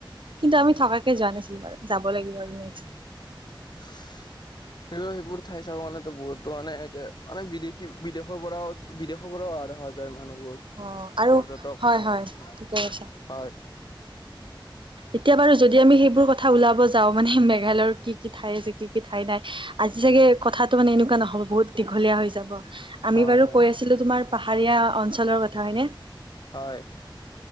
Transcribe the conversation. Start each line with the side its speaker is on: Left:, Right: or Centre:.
Right: কিন্তু আমি থকাকে যোৱা নাছিলো বাৰু যাব লাগিব আৰু নেক্স
Left: <unintelligible> সেইবোৰ সেইবোৰ ঠাই চাব মানে বহুতো মানে এতিয়া মানে বিদেশী বিদেশৰ পৰাও বিদেশৰ পৰাও আৰু দেখা যায় মানুহবোৰ
Right: অ আৰু
Left: পৰ্যটক
Right: হয় হয় ঠিকে কৈছা
Left: হয়
Right: এতিয়া বাৰু যদি আমি সেইবোৰ কথা ওলাব যাওঁ মানে মেঘালয়ৰ কি কি ঠাই আছে কি কি ঠাই নাই আজি চাগে কথাটো মানে এনেকুৱা নহ'ব বহুত দীঘলীয়া হৈ যাব আমি
Left: হয়
Right: বাৰু
Left: হয়
Right: কৈ আছিলো তোমাৰ পাহাৰীয়া অঞ্চলৰ কথা হয়নে?
Left: হয়।